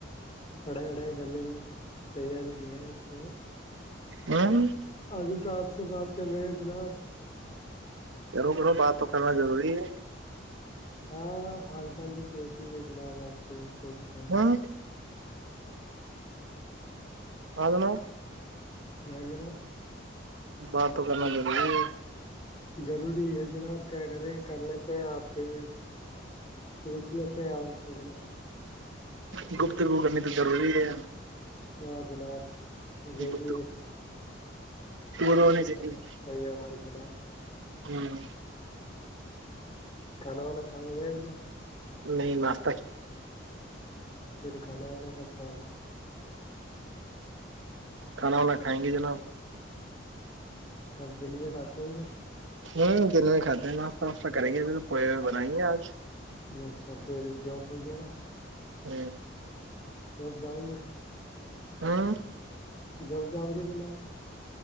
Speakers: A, on the left (about 30°); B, on the right (about 75°).
A: پڑھائی وڑھائی کرنے ہی ہوئے ہیں تیاری میں ہے تو
B: ابھی
A: ابھی تو آپ سے بات کر رہے ہیں جناب
B: رو کروں بات تو کرنا ضروری ہے
A: ہاں حال چال تو پہنچ ہی لے جناب آپ کے جیسے
B: ہاں <unintelligible>
A: جائے ج نا
B: بات تو کرنا ضروری ہے
A: ضروری ہے جناب کیا کریں کر لیتے ہیں آپ کے بھی پوچ کیا آ چالنا
B: گ گفتگو کرنی تو روری ہے
A: ہ جناب یہ
B: گفتگو
A: بھی ایک دنری
B: تو ہونی چاہیے
A: ہے ہماری جناب
B: ہ
A: کانونا کان بھیجل
B: نہیں مس
A: پھر کھانا وانا کا ہ گے
B: کھانا وانا کھائیں گے جناب
A: کب دن میں کاتے ہوں گے
B: ہوں دن میں کھاتے ہیں ناتہ واشہ کریں گے ابھر تو پوئے ہوئے بنائیں گے آج
A: اچھا پھر جاب وغیرہ
B: ہ
A: جک جاؤں گے
B: ہاں
A: جب جاؤ گے جنا